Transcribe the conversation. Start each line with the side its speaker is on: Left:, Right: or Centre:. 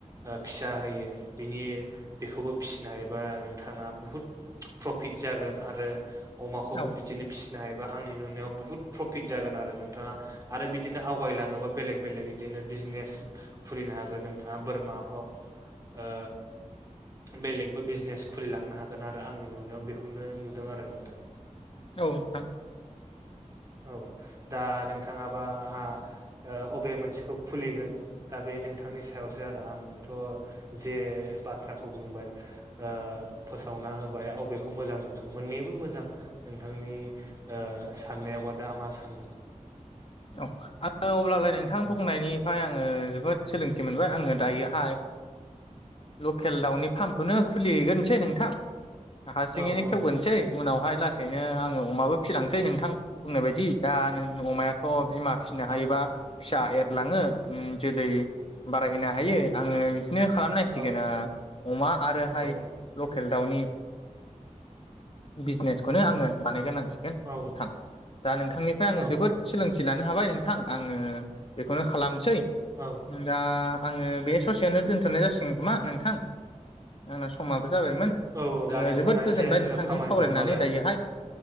Right: फिसा होयो बिनि बेखौबो फिसिनो हबा नोंथाङा बुहुत प्रफिट जागोन आरो अमाखौबो
Left: औ
Right: बिदिनो फिसिनो हायोबा आंनि नुनायाव बुहुत प्रफिट जागोन आरो नोंथाङा आरो बिदिनो आवगायलाङोबा बेलेग बेलेग बिदिनो बिजनेस खुलिनो हागोन नोंथाङा बोरमा हक ओ बेलेगबो बिजनेस खुलिलांनो हागोन आरो आंनि नुनायाव बेखौनो नुदों आरो नोंथां
Left: औ नोंथां
Right: औ दा नोंथाङाबा आहा ओ अबे मोनसेखौ खुलिगोन दा बे नोंथ थांनि सायावसो आरो आंथ' जे बाथ्राखौ बुंबाय ओ फोसावनो ना होबाय अबेखौ मोजां नुदों मोननैबो मोजां नोंथांनि ओ साननायावबा दा मा सानदों?
Left: औ आङो अब्लालाय नोंथां
Right: औ
Left: बुंनायनिफ्राय आं ओ जोबोद सोलोंथि मोनबाय आङो दायोहाय लकेल दाउनि फार्मखौनो खुलिहैग्रोनोसै नोंथां हारसिङैनो
Right: औ औ
Left: खेवग्रोसै उनावहाय लासैनो आङो अमाबो फिसिलांनोसै नोंथां बुंनाय बायदि दा नों अमायाथ' बिमा फिसिनो हायोबा
Right: औ
Left: फिसा एरलाङो उम जोलै बारायहैनो हायो आङो बि दिनो खालामनांसिगोन
Right: औ
Left: ओ अमा आरोहाय
Right: औ
Left: लकेल दाउनि बिजनेसखौनो आङो बानायग्रोनांसिगोन नोंथां
Right: औ
Left: दा नोंथांनिफ्राय आङो
Right: औ
Left: जोबोद सोलोंथि लानो हाबाय नोंथां आङो बेखौनो खालामसै।
Right: औ
Left: दा आङो बे ससेयावनो दोनथ'नाय जासिगोन नामा नोंथां? आंना समा बो जाबायमोन
Right: औ औ
Left: आङो
Right: दा नोंथांना
Left: जोबोद गोजोनबाय
Right: एसे
Left: नोंथांजों
Right: खामानि
Left: सावरायनानै
Right: दंबालाय
Left: दायोहाय।